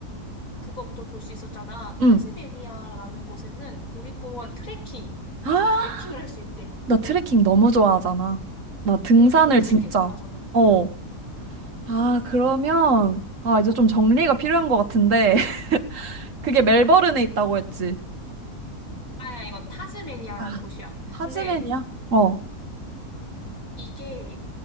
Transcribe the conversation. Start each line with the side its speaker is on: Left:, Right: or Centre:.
Left: 그거부터 볼 수 있었잖아. 타즈메니아라는
Right: 음.
Left: 곳에는 국립공원 트레킹,
Right: 아,
Left: 트레킹을 할 수 있대.
Right: 나 트레킹 너무 좋아하잖아. 나 등산을
Left: 그러니까 너 트레킹
Right: 진짜.
Left: 좋아하잖아.
Right: 어. 아, 그러면, 아, 이제 좀 정리가 필요한 것 같은데. <laughs> 그게 멜버른에 있다고 했지.
Left: 아니야, 이건 타즈메니아라는
Right: 아,
Left: 곳이야.
Right: 타즈맨이야?
Left: 근데
Right: 어,
Left: 이게